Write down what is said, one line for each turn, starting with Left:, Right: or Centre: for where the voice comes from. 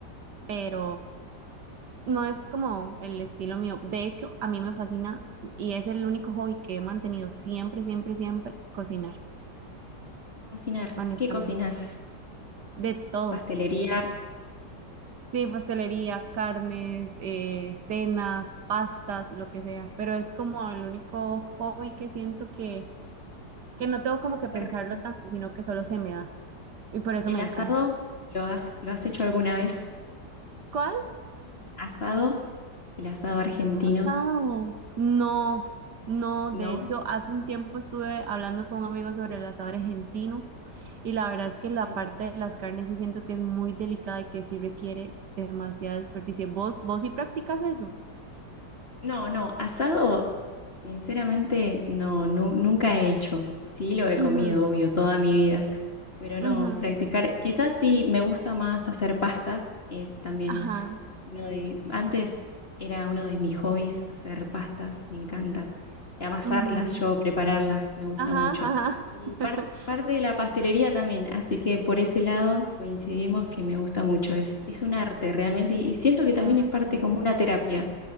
Right: pero no es como el estilo mío. De hecho, a mí me fascina y es el único hobby que he mantenido siempre, siempre, siempre, cocinar,
Left: Cocinar,
Right: honestamente.
Left: ¿qué cocinas?
Right: De todo.
Left: Pastelería,
Right: Sí, pastelería, carnes, eh, cenas, pastas, lo que sea, pero es como el único hobby que siento que, que no tengo como que pensarlo
Left: qué rico.
Right: tanto, sino que solo se me da y por eso
Left: ¿El
Right: me
Left: asado
Right: encanta.
Left: lo has, lo has hecho alguna vez?
Right: ¿Cuál?
Left: ¿Asado? El asado argentino,
Right: Asado. No, no,
Left: ¿no?
Right: de hecho, hace un tiempo estuve hablando con un amigo sobre el asado argentino y la verdad es que la
Left: Sí.
Right: parte de las carnes sí siento que es muy delicada y que sí requiere demasiada desperdicio. ¿Vos, vos sí practicas eso?
Left: No, no, asado, sinceramente, no, nu- nunca he hecho. Sí lo he comido,
Right: Ujú,
Left: obvio, toda mi vida, pero
Right: ujú,
Left: no, practicar. Quizás sí me gusta más hacer pastas, es también
Right: ajá,
Left: Uno de- antes era uno de mis hobbies hacer pastas, me encanta. Amasarlas,
Right: ujú.
Left: yo prepararlas, me gusta
Right: Ajá,
Left: mucho.
Right: ajá.
Left: Y
Right: <laughs>
Left: par- parte de la pastelería también, así que por ese lado coincidimos
Right: Mm,
Left: que me gusta mucho. Es, es un arte realmente y, y siento que también
Right: Demasiado.
Left: es parte como una terapia